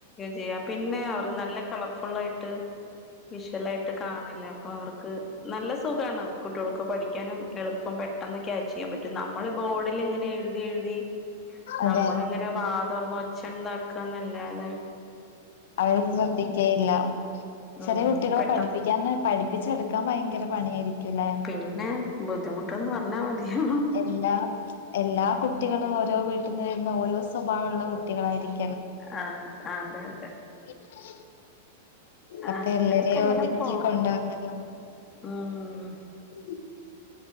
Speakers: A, on the left; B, on the left.
A: ചെയ്യ പിന്നെ അവർ നല്ല കളർഫുൾ ആായിട്ട് വിഷ്വൽായിട്ട് കാണല്ലേ അപ്പൊ അവർക്ക് നല്ല സുഖാണ് കുട്ടികൾക്ക് പഠിക്കാനും എളുപ്പം പെട്ടെന്ന് ക്യാച്ച് ചെയ്യാൻ പറ്റും നമ്മള് ബോർഡിൽ ഇങ്ങനെ എഴുതി എഴുതി നമ്മളിങ്ങനെ
B: അതെ
A: വാ തുറന്ന ഒച്ച ഇണ്ടാക്കന്നല്ലാതെ
B: അവര് ശ്രദ്ധിക്കയില്ല
A: ഉം
B: ചെറിയ കുട്ടികളെ
A: പെട്ടെന്ന്
B: പഠിപ്പിക്കാൻ പഠിപ്പിച്ചെടുക്കാൻ ഭയങ്കര പണിയായിരിക്കുംല്ലേ
A: പിന്നെ ബുദ്ധിമുട്ടെന്ന് പറഞ്ഞാ മതിയോ
B: എല്ലാ എല്ലാ കുട്ടികൾ കുട്ടികൾ ഓരോ വീട്ടിൽ നിന്ന് വരുന്ന ഓരോ സ്വഭാവമുള്ള കുട്ടികളായിരിക്കും
A: ആ അതെ അതെ
B: <unintelligible> അപ്പൊ
A: അങ്ങനെയൊക്കെ
B: എല്ലരെയ
A: അങ്ങനെ
B: ഒഓതുക്കി
A: പോണു
B: കൊണ്ടുവന്നോ
A: ഉം
B: ഉ